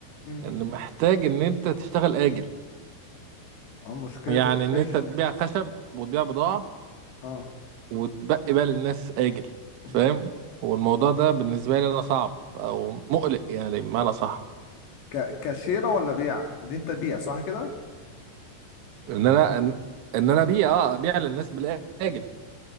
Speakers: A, on the left (about 65°); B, on the right (about 75°).
A: امم
B: ان محتاج ان انت تشتغل اجل
A: اه مشكلة
B: يعني
A: الكاش
B: ان انت تبيع خشب وتبيع بضاعه
A: اه
B: وتبقي بقى للناس اجل
A: <clears throat>
B: فاهم والموضوع ده بالنسبه لي انا صعب او مقلق يعني بمعنى صح
A: ك- كاشيرة ولا بيع اللي انت تبيع صح كده
B: ان انا ان إن انا ابيع اه ابيع للناس بالاجل